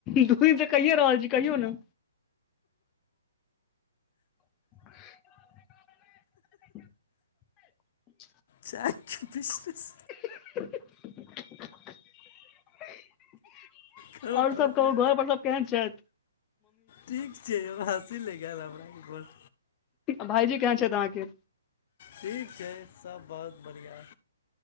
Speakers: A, on the left; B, on the left.
A: दु दिनसँ कहिये रहल छी कहियौ ने। <inaudible>
B: चायके बिजनेस।
A: <unintelligible>
B: करय
A: और
B: पड़तै
A: सब कहू घर पर सब केहन छैथ।
B: ठीक छै यौ हँसी लेैग गेल हमरा घोर
A: भाईजी केहन छैथ आहाँ के
B: ठीक छै सब बहुत बढ़ियां।